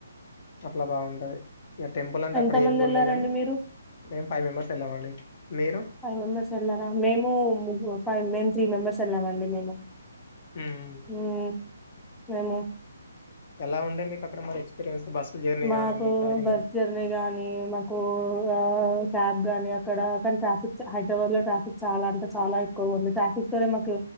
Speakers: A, on the left; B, in the centre.
A: అట్లా బాగుంటది ఇగా టెంపుల్ అంటే
B: ఎంతమంది
A: అక్కడ ఏం చూడలే
B: వెళ్లారండి
A: గానీ
B: మీరు
A: మేం ఫైవ్ మెంబర్స్ వెళ్ళామండి మీరు
B: ఫైవ్ మెంబర్స్ వెళ్లారామేము ము ఫైవ్ మేము త్రి మెంబర్స్ వెళ్ళామండి మేము
A: మ్మ్
B: హ్మ్ మెమో <unintelligible>
A: ఎలా ఉండే మీకు అక్కడ మరి ఎక్స్పీరియన్స్ బస్సు జర్నీ
B: మాకు
A: గానీ మిగతా రిమైన్
B: బస్ జర్నీ గాని మాకు ఆ క్యాబ్ గాని అక్కడ కానీ ట్రాఫిక్ హైదరాబాద్ లో ట్రాఫిక్ చాలా అంటే చాలా ఎక్కువ ఉంది ట్రాఫిక్ తోనే మాకు